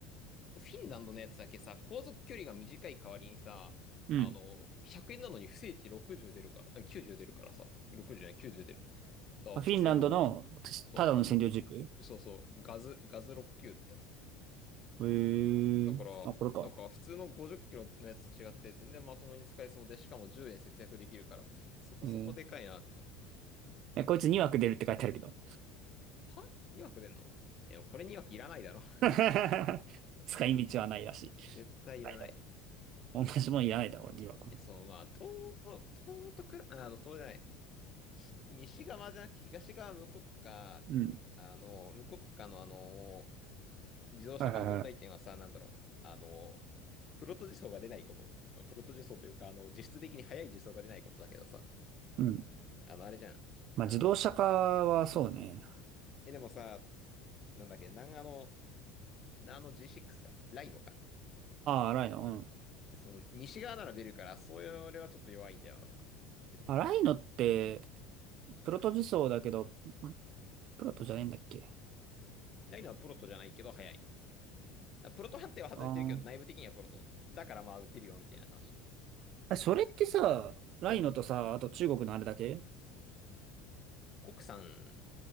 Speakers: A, on the left; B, on the right.
A: フィンランドのやつだけさ、航続距離が短い代わりにさ、
B: うん。
A: あの、100円なのに不正値60出るから、あ90出るからさ、60じゅうじゃない、90出る。だから普通の50、
B: まあ、フィンランドのただの占領軸へ
A: そう、フィン、フィンそうそう、ガズ、ガズ69っ級ってやつ。
B: え。
A: だから、
B: あ、これか。
A: なんか普通の50キロのやつと違って全然まともに使えそうで、しかも10円節約できるから、そこそこでかいなって思った。
B: えー、えこいつ2枠出るって書いてあるけど。
A: は ?2 枠出んのえ、これ2枠いらないだろ。<laughs>
B: <laughs> 使い道はないらしい。
A: 絶対いらない。
B: ないだろう。同じもんいらないだろう、2枠も。
A: え、そう、まあ、東、東とくら、あの、東じゃない。ひ西側じゃなくて東側無国家、
B: うん。
A: あの、無国家のあの、自動車化問題点はさ、
B: はいはいはい。
A: なんだろう。あの、プロト自走が出ないこと。まあ、プロト自走というか、あの、実質的に速い自走が出ないことだけどさ、
B: うん。
A: あの、あれじゃん。
B: まあ、
A: あの、
B: 自動車化はそうね。
A: え、でもさ、なんだっけ、南アの、ナーの G6 か、ライノか。
B: ああ、ライノ。うん。
A: その、西側なら出るから、そういうれはちょっと弱いんだよな。でも、
B: あ、ライノって、プロト自走だけど、んプロトじゃねえんだっけ
A: ないのはプロトじゃないけど、早い。あプロト判定は外れてるけど、
B: ああ
A: 内部的にはプロト。だからまあ、打てるよ、みたいな話。
B: あそれってさ、ライノとさ、
A: うん。
B: あと中国のあれだけ
A: 国産、